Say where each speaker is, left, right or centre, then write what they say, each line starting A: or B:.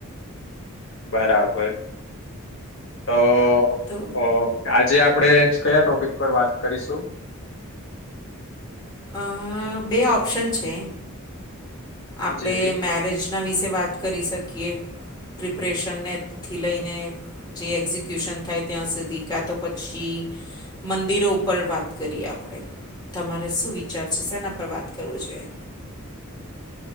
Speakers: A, on the left; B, on the left.
A: બરાબર તો
B: તો
A: અ આજે આપડે કયા ટોપિક પર વાત કરીશું.
B: અ બે ઓપ્શન છે આપડે
A: જી
B: મેરેજ ના વિશે વાત કરી શકીએ પ્રિપ્રેશનનેથી લઈને જે એક્ઝિક્યુશન થાય ત્યાં સુધી કાં તો પછી મંદિરો ઉપર વાત કરીએ આપડે તમારે શું વિચાર છે સેના પર વાત કરવો જોઈએ.